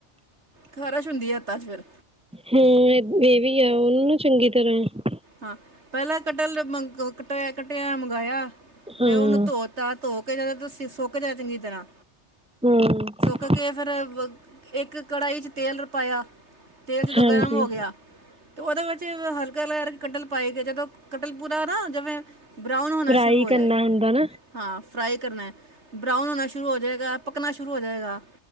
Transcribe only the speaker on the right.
ਖਾਰਸ਼ ਹੁੰਦੀ ਹੈ ਹੱਥਾਂ ਚ ਫਿਰ
ਹਾਂ ਪਹਿਲਾਂ ਕਟਲ ਮਗ ਕਟ ਕਟੀਆਂ ਮੰਗਾਇਆ
ਫਿਰ ਉਹਨੂੰ ਧੋ ਤਾਂ ਧੋ ਕੇ ਜਦੋਂ ਤੁਸੀਂ ਸੁਕ ਜੇ ਚੰਗੀ ਤਰ੍ਹਾਂ
ਅੱਗੇ ਫਿਰ ਇੱਕ ਕੜਾਹੀ 'ਚ ਤੇਲ ਪਾਇਆ ਤੇਲ ਜਦੋਂ
ਗਰਮ ਹੋ ਗਿਆ ਤੇ ਉਹ ਦੇ ਵਿੱਚ ਹਲ ਅਗਰ ਕਟਲ ਪਾਏ ਗਏ ਜਦੋਂ ਕਟਲ ਪੂਰਾ ਨਾ ਜਿਵੇਂ ਬਰਾਊਨ ਹੋਣਾ
ਸ਼ੁਰੂ ਹੋ
ਜਾਏ
ਹਾਂ ਫਰਾਈ ਕਰਨਾ ਬਰਾਊਨ ਹੋਣਾ ਸ਼ੁਰੂ ਹੋ ਜਾਏਗਾ ਪਕਣਾ ਸ਼ੁਰੂ ਹੋ ਜਾਏਗਾ